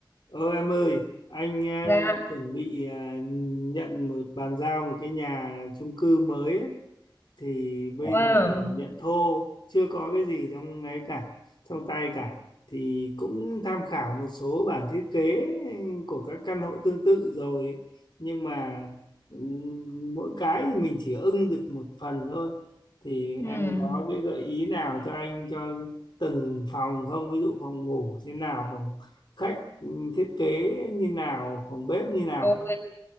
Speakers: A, on the left (about 65°); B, on the left (about 30°).
A: Ờ em ơi, anh ờ,
B: Dạ,
A: chuẩn bị ờ, nhận một bàn giao một cái nhà chung cư mới ấy thì bây
B: wow.
A: giờ là nhận thô chưa có cái gì trong ấy cả trong tay cả thì cũng tham khảo một số bản thiết kế của các căn hộ tương tự rồi nhưng mà ừm, mỗi cái thì mình chỉ ưng được một phần thôi thì
B: Ừm.
A: em có cái gợi ý nào cho anh cho từng phòng không ví dụ phòng ngủ thế nào phòng khách ừm, thiết kế như nào phòng bếp như nào
B: Ồ,
A: không?